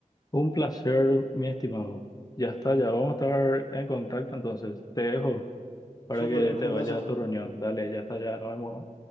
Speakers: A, on the left (about 25°); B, on the left (about 80°).
A: Un placer, mi estimado. Ya está, ya vamos a estar en contacto entonces. Te dejo para
B: Súper,
A: que
B: un
A: te
B: abrazo.
A: vayas a tu reunión. Dale, ya está, ya nos vemos.